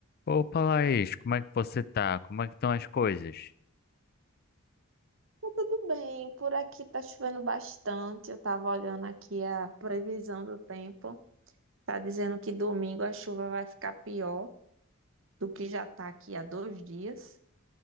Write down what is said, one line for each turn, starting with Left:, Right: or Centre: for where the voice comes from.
Left: Opa, Laís, como é que você tá? Como é que estão as coisas?
Right: Tá Tudo bem, por aqui tá chovendo bastante. Eu tava olhando aqui a previsão do tempo. Tá dizendo que domingo a chuva vai ficar pior do que já tá aqui há dois dias.